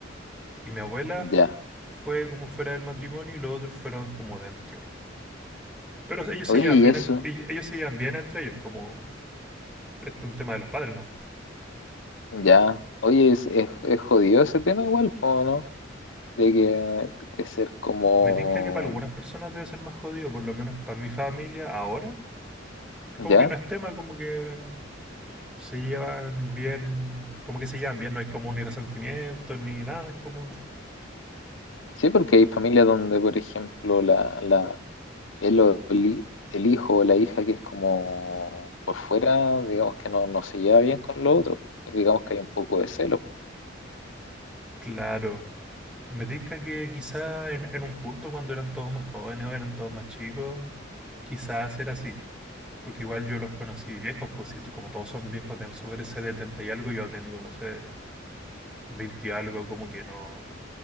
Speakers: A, in the centre; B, on the left.
A: Y mi abuela f-
B: ya.
A: fue como fuera del matrimonio y los otros fueron como dentro. Pero ellos
B: Oye,
A: se llevan bien,
B: y eso,
A: en- ell- ellos se llevan bien entre ellos, como este es un tema de los padres, ¿no?
B: ya. Oye, es, es, es jodido ese tema igual, po, ¿no? De que de ser como,
A: Me tinca que para algunas personas debe ser más jodido, por lo menos para mi familia ahora. Como
B: ya.
A: que no es tema, como que se llevan bien, como que se llevan bien, no hay como ni resentimiento ni nada, es como
B: Sí, porque hay familias donde, por ejemplo, la, la, el, o el, el hijo o la hija que es como por fuera, digamos que no, no se lleva bien con los otros, pues, digamos que hay un poco de celos.
A: Claro, me tinca que quizá en, en un punto cuando eran todos más jóvenes o eran todos más chicos, quizás era así, porque igual yo los conocí viejos, pues si tú- como todos son viejos de sobre ese 70 y algo, yo tengo, no sé, 20 y algo, como que no,